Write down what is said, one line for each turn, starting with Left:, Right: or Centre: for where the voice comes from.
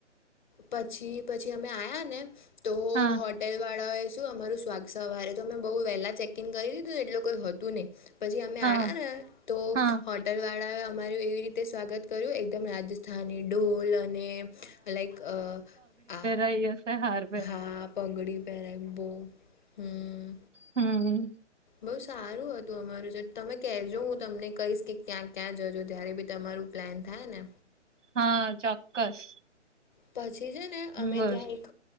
Left: પછી પછી અમે આવ્યા ને તો હો
Right: હા
Left: હોટલ વાળા એ શું અમારું સ્વાગ સવારે તો અમે બઉુ વહેલા ચેક ઈન કરી દીધું એટલ કોઈ હતું નહી પછી અમે
Right: હા
Left: આયા ને તો
Right: હા
Left: હોટલ વાળા અમારું એવી રીતે રીતે સ્વાગત કર્યું એકદમ રાજસ્થાની ઢોલ અને લાઈક આ
Right: લઈ હાલ
Left: હા પગડી પહેરાઈ બોવ હમ
Right: હમ
Left: બઉુ સારું હતું અમારું જે તમે કહેજો હું તમને કહીશ કે ક્યાં ક્યાં જજો જ્યારે બી તમારું પ્લાન થાય ને
Right: હા ચોક્કસ
Left: પછી છે ને અમે
Right: બોલ
Left: ત્યાં એક